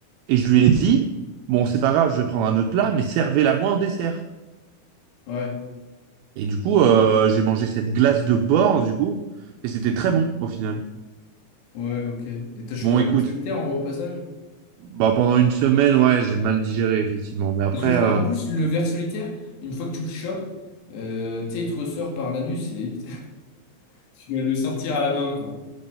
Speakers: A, on the right; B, on the left.
A: Et je lui ai dit, bon, c'est pas grave, je vais prendre un autre plat, mais servez-la moi en dessert.
B: Ouais,
A: Et du coup, euh, j'ai mangé cette glace de porc, du coup, et c'était très bon, au final.
B: ouais, ok. Et t'as chopé
A: Bon,
B: un
A: écoute,
B: ver solitaire en- au passage?
A: bah, pendant une semaine, ouais, j'ai mal digéré, effectivement. Mais après,
B: Parce que je crois
A: euh,
B: qu'en plus, le ver solitaire, une fois que tu le chopes, euh, tu sais, il te ressort par l'anus et <laughs> tu dois le sortir à la main, quoi.